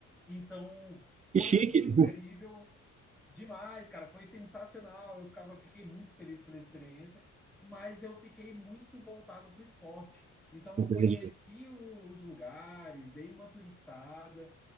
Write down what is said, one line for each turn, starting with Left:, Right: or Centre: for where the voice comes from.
Centre: Então,
Right: que
Centre: foi
Right: chique.
Centre: muito incrível, demais, cara. Foi sensacional. Eu ficava, fiquei muito feliz pela experiência, mas eu fiquei muito voltado para o esporte. Então, eu
Right: <laughs> Entendi.
Centre: conheci o- os lugares, dei uma turistada,